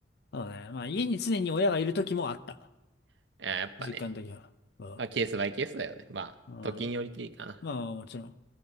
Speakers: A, on the left; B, on the right.
A: そうね。まあ、家に常に親がいる時もあった。
B: <laughs> あーやっぱね、
A: 実感的には。うん。
B: まあ、ケースバイケースだよね。まあ、
A: うん
B: 時によりきりかな。
A: まあ、もちろん。